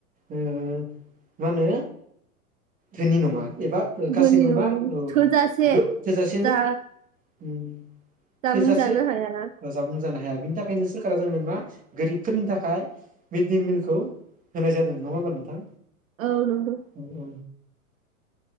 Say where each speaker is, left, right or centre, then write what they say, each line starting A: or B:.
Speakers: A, on the right; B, on the right.
A: ओ मा होनो धोनि नङा एबा ओ
B: जोंनि
A: गासैबो बा औ
B: थोजासे
A: गो थोजासेनो
B: जा
A: उम
B: जामुं
A: थोजासे
B: जानो हाया
A: जामुं जानो हाया बिनि थाखायनो सोरखारा जोंनो मा गोरिबफोरनि थाखाय मिडडे मिलखौ होनाय जादों नङा होमबा नोंथां
B: औ नंगौ
A: औ औ